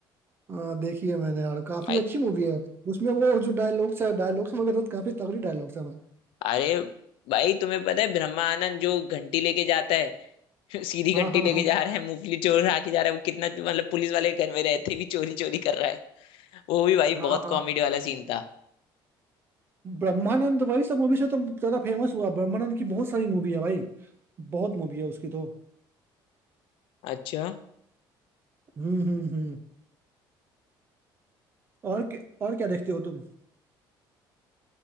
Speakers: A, on the right; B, on the left.
A: हाँ देखी है मैंने यार काफी
B: भाई
A: अच्छी मूवी है उसमें वो जो डायलॉग्स है डायलॉग्स वगैरह तो काफी तगड़ी डायलॉग्स है
B: अरे भाई तुम्हें पता है ब्रह्मा आनंद जो घंटी लेके जाता है <laughs> सीधी
A: हाँ
B: घंटी
A: हाँ
B: लेके
A: हाँ
B: जा रहा है मूंगफली चोर आके जा रहा है वो कितना मतलब पुलिस वाले घर में रहते भी चोरी चोरी कर रहा है वो भी भाई
A: हाँ
B: बहुत
A: हाँ
B: कॉमेडी वाला सीन था
A: ब्रह्मानंद वही सब मूवी से तो ज्यादा फेमस हुआ ब्रह्मानंद की बहुत सारी मूवी है भाई बहुत मूवी है उसकी तो
B: अच्छा
A: हम्म हम्म हम्म और क्या, और क्या देखते हो तुम